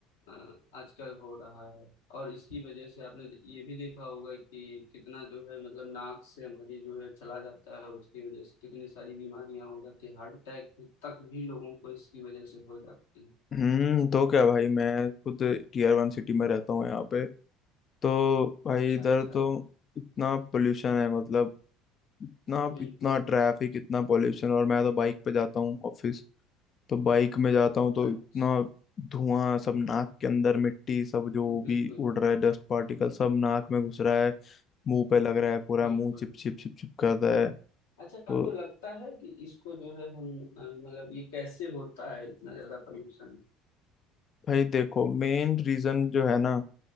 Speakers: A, on the left; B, on the left.
A: अ, आजकल हो रहा है और इसकी वजह से आपने ये भी देखा होगा कि कितना जो है मतलब नाक से हमारी जो है चला जाता है और उसकी वजह से कितनी सारी बीमारियां हो जाती है हार्ट अटैक तक भी लोगों को इसकी वजह से हो जाती है
B: हम्म तो क्या भाई मैं खुद टीयर वन सिटी में रहता हूँ यहाँ पे तो भाई
A: अच्छा
B: इधर
A: अच्छा
B: तो इतना पोल्यूशन है मतलब इतना
A: बिल्कुल
B: इतना ट्रैफिक इतना पोल्यूशन और मैं तो बाइक पे जाता हूँ ऑफिस तो बाइक में जाता हूँ तो
A: अच्छा
B: इतना धुआं सब नाक के अंदर मिट्टी सब जो
A: बिल्कुल
B: भी उड़
A: बिल्कुल
B: रहा है डस्ट पार्टिकल सब नाक में घुस रहा है मुंह पे लग रहा है पूरा
A: बिल्कुल
B: मुंह चिप चिप चिप चिप कर रहा है
A: अच्छा
B: तो
A: आपको लगता है कि इसको जो है हम अ, मतलब ये कैसे होता है इतना ज्यादा पॉल्यूशन
B: भाई देखो मेन रीजन जो है ना